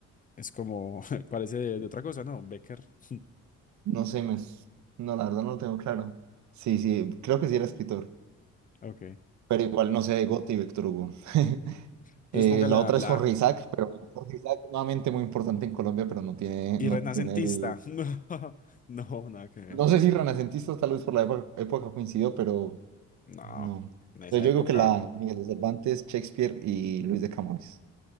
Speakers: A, on the left; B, on the right.
A: Es como, <laughs> parece de, de otra cosa, ¿no? Becker. <laughs>
B: no sé, me- no, la verdad no lo tengo claro. Sí, sí, creo que sí era escritor.
A: Ok.
B: pero igual no sé de Goethe y Víctor Hugo. <laughs>
A: Entonces
B: Eh,
A: ponga
B: la
A: la,
B: otra
A: la
B: es Jorge
A: A.
B: Isaac, pero Jorge Isaac nuevamente muy importante en Colombia, pero no tiene,
A: Y
B: no
A: renacentista.
B: tiene el...
A: <laughs> No, no, nada que ver.
B: No sé si renacentistas tal vez por la época, época coincidió, pero
A: No,
B: no.
A: en esa
B: Entonces yo
A: época,
B: digo que la Miguel de Cervantes, Shakespeare y Luis de Camões.